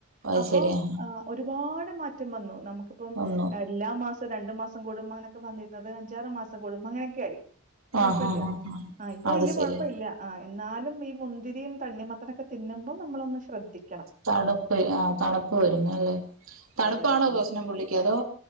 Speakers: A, on the right; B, on the right.
A: അത്
B: അപ്പോ
A: ശരിയാ
B: ഏഹ് ഒരുപാട് മാറ്റം വന്നു നമുക്കപ്പം
A: ഒന്നു
B: എല്ലാ മാസം രണ്ടു മാസം കൂടുംമ്പൊ അങ്ങനൊക്കെ വന്നിര്ന്നത് അഞ്ചാറ് മാസം കൂടുമ്പം അങ്ങനൊക്കെ ആയി കൊഴപ്പല്യ
A: ആഹ് ആഹ്
B: ആഹ് ഇപ്പൊ
A: അത്
B: വല്യ
A: ശരി
B: കൊഴപ്പല്യ ആഹ് എന്നാലും ഈ മുന്തിരിയും തണ്ണിമത്ത ത്തനക്കെ തിന്നുമ്പൊ നമ്മളൊന്ന് ശ്രദ്ധിക്കണം
A: തണ്പ്പ് ആഹ് തണ്പ്പ് വരുന്നല്ലേ തണുപ്പാണോ
B: അതെ അതെ ആഹ്
A: പ്രശ്നം പുള്ളിക്ക് അതോ